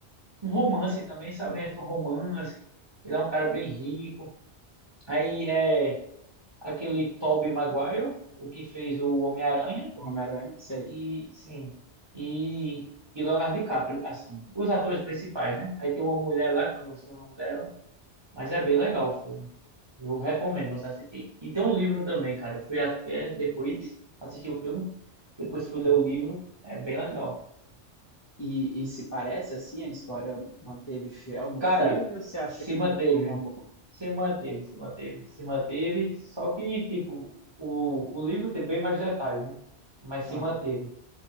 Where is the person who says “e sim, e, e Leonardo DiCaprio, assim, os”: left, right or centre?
Right